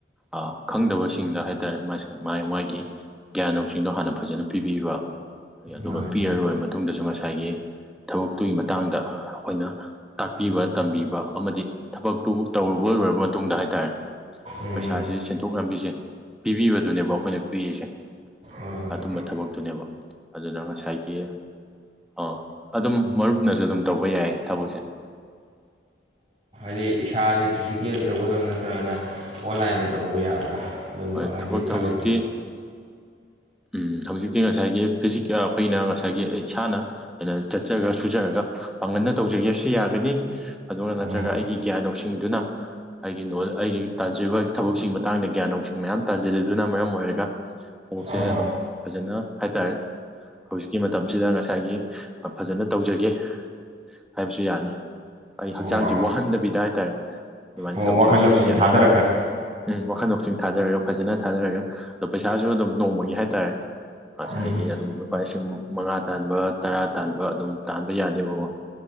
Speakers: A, in the centre; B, on the right (about 30°).
A: ꯑ ꯈꯪꯗꯕꯁꯤꯡꯗ ꯍꯥꯏ ꯇꯔꯦ ꯃꯥꯏ ꯃꯥꯏꯒꯤ ꯒꯤꯌꯟ ꯂꯧꯅꯧꯁꯤꯡꯗꯣ ꯍꯥꯟꯅ ꯐꯖꯅ ꯄꯤꯕꯤꯕ ꯑꯗꯨꯒ
B: ꯃꯥꯅꯤ
A: ꯄꯤꯔꯔꯣꯏ
B: ꯃꯥꯅꯤ
A: ꯃꯇꯨꯡꯗꯁꯨ ꯉꯁꯥꯏꯒꯤ ꯊꯕꯛꯇꯨꯒꯤ ꯃꯇꯥꯡꯗ ꯑꯈꯣꯏꯅ ꯇꯥꯛꯄꯤꯕ ꯇꯝꯕꯤꯕ ꯑꯃꯗꯤ ꯊꯕꯛꯇꯨ ꯇꯧꯔꯕ ꯂꯣꯏꯔꯕ ꯃꯇꯨꯡꯗ ꯍꯥꯏꯇꯥꯔꯦ
B: ꯎꯝ
A: ꯄꯩꯁꯥꯁꯤ ꯁꯦꯟꯊꯣꯛ ꯂꯝꯕꯤꯁꯦ ꯄꯤꯕꯤꯕꯗꯨꯅꯦꯕ ꯑꯈꯣꯏꯅ ꯄꯤꯔꯤꯁꯦ
B: ꯍꯣꯏ ꯍꯣꯏ
A: ꯑꯗꯨꯝꯕ ꯊꯕꯛꯇꯨꯅꯦꯕ ꯑꯗꯨꯅ ꯉꯁꯥꯏꯒꯤ ꯑꯥ ꯑꯗꯨꯝ ꯃꯔꯨꯞꯅꯖꯨ ꯑꯗꯨꯝ ꯇꯧꯕ ꯌꯥꯏ ꯊꯕꯛꯁꯦ
B: ꯏꯁꯥꯗꯤ ꯐꯤꯖꯤꯀꯦꯜꯗ ꯇꯧꯒꯗ꯭ꯔ ꯅꯠꯇ꯭ꯔꯒꯅ ꯑꯣꯟꯂꯥꯏꯟꯗ ꯇꯧꯕ ꯌꯥꯕ꯭ꯔꯥ ꯑꯗꯨꯝꯕ
A: ꯍꯣꯏ
B: ꯍꯥꯏꯗꯤ
A: ꯊꯕꯛꯇꯤ
B: ꯊꯕꯛꯇꯨ
A: ꯍꯧꯖꯤꯛꯇꯤ ꯎꯝ ꯍꯧꯖꯤꯛꯇꯤ ꯉꯁꯥꯏꯒꯤ ꯐꯤꯖꯤꯛꯀ ꯑꯈꯣꯏꯅ ꯉꯁꯥꯏꯒꯤ ꯏꯁꯥꯅ ꯑꯩꯅ ꯆꯠꯆꯔꯒ ꯁꯨꯖꯔꯒ ꯄꯥꯡꯒꯟꯅ ꯇꯧꯖꯒꯦꯁꯨ ꯌꯥꯒꯅꯤ ꯑꯗꯨ ꯅꯠꯇ꯭ꯔꯒ
B: ꯎꯝ
A: ꯑꯩꯒꯤ ꯒꯤꯌꯟ ꯂꯧꯁꯤꯡꯗꯨꯅ ꯑꯩꯒꯤ ꯅꫭ ꯑꯩꯒꯤ ꯇꯥꯖꯔꯤꯕ ꯊꯕꯛꯁꯤꯡꯒꯤ ꯃꯇꯥꯡꯗ ꯒ꯭ꯌꯟ ꯂꯧꯁꯤꯡ ꯃꯌꯥꯝ ꯇꯥꯟꯖꯜꯂꯤꯗꯨꯅ ꯃꯔꯝ ꯑꯣꯏꯔꯒ ꯄꯣꯛꯁꯦ
B: ꯎꯝ
A: ꯑꯗꯨꯝ ꯐꯖꯅ ꯍꯥꯏꯇꯥꯔꯦ ꯍꯧꯖꯤꯛꯀꯤ ꯃꯇꯝꯁꯤꯗ ꯉꯁꯥꯏꯒꯤ ꯐꯖꯅ ꯇꯧꯖꯒꯦ ꯍꯥꯏꯕꯁꯨ ꯌꯥꯅꯤ ꯑꯩ ꯍꯛꯆꯥꯡꯁꯤ
B: ꯑꯣ
A: ꯋꯥꯍꯟꯗꯕꯤꯗ ꯍꯥꯏꯇꯥꯔꯦ ꯑꯗꯨꯃꯥꯏꯅ
B: ꯑꯣ
A: ꯇꯧꯖꯒꯦꯁꯨ
B: ꯋꯥꯈꯜ ꯂꯧꯁꯤꯡ
A: ꯌꯥꯏ
B: ꯊꯥꯗꯔꯒ
A: ꯎꯝ <unintelligible> ꯋꯈꯜ ꯂꯧꯁꯤꯡ ꯊꯥꯗꯔꯒ ꯐꯖꯅ ꯊꯥꯗꯔꯒ ꯑ ꯄꯩꯁꯥꯁꯨ ꯑꯗꯨꯝ ꯅꯣꯡꯃꯒꯤ ꯍꯥꯏꯇꯥꯥꯔꯦ ꯉꯁꯥꯏꯒꯤ
B: ꯎꯝ
A: ꯑꯗꯨꯝ ꯂꯨꯄꯥ ꯂꯤꯁꯤꯡ ꯃꯉꯥ ꯇꯥꯟꯕ ꯇꯔꯥ ꯇꯥꯟꯕ ꯑꯗꯨꯝ ꯇꯥꯟꯕ ꯌꯥꯅꯦꯕꯀꯣ